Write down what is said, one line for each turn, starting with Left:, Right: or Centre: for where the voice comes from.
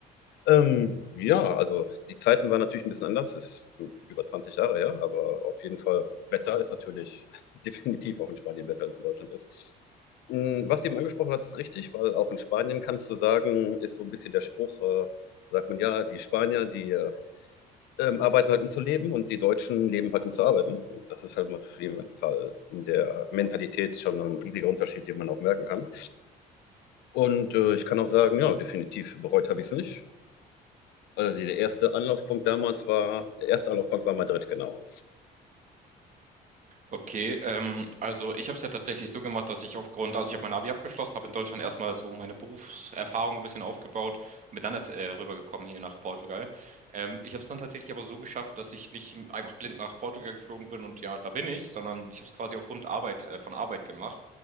Left: Ähm, ja, also die Zeiten waren natürlich ein bisschen anders, ist hm, über 20 Jahre her, aber auf jeden Fall Wetter ist natürlich <laughs> definitiv auch in Spanien besser als in Deutschland ist. Hm, was du eben angesprochen hast, ist richtig, weil auch in Spanien kannst du sagen ist so ein bisschen der Spruch, äh, sagt man: „Ja, die Spanier, die, äh, ähm, arbeiten halt, um zu leben und die Deutschen leben halt, um zu arbeiten.“ das ist halt auf jeden Fall in der Mentalität schon ein riesiger Unterschied, den man auch merken kann. Und, äh, ich kann auch sagen, ja, definitiv bereut habe ich es nicht. Also die, der erste Anlaufpunkt damals war, der erste Anlaufpunkt war Madrid, genau.
Right: Okay, ähm, also ich habe es ja tatsächlich so gemacht, dass ich aufgrund, also ich habe mein Abi abgeschlossen, habe in Deutschland erstmal so meine Berufserfahrung ein bisschen aufgebaut und bin dann erst äh, rübergekommen hier nach Portugal. Ähm, ich habe es dann tatsächlich aber so geschafft, dass ich nicht im- einfach blind nach Portugal geflogen bin und ja, da bin ich, sondern ich habe es quasi aufgrund Arbeit, äh, von Arbeit gemacht,